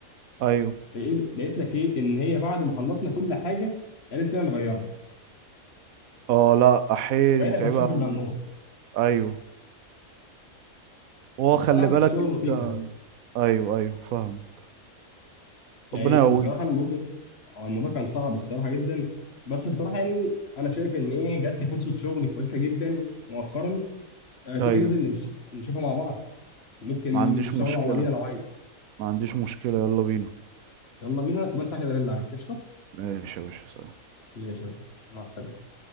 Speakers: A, on the right; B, on the left.
A: ايوه
B: لقيت لقيت لك ايه ان هي بعد ما خلصنا كل حاجه قالت لنا نغيرها
A: اه لا احيي
B: وقال
A: دي متعبة
B: لما تشوف
A: قوي
B: الا النور
A: دي ايوه هو
B: فبصراحه
A: خلي بالك
B: كانت شغل
A: انت
B: لطيفه يعني
A: ايوه ايوه فاهمك
B: يعني
A: ربنا يقويك
B: بصراحه لما وجهت هو الموضوع كان صعب الصراحه جدا بس الصراحه يعني انا شايف ان ايه جات لي فرصه شغل كويسه جدا مؤخرا أه تيجي
A: ايوه
B: ننزل نش- نشوفها مع بعض ممكن
A: ما عنديش
B: نشتغل
A: مشكلة
B: مع بعضينا لو عايز
A: ما عنديش مشكلة يلا بينا
B: يلا بينا كمان ساعه كده رن عليك قشطه
A: ماشي يا باشا سلام
B: ماشي يا باشا. مع السلامه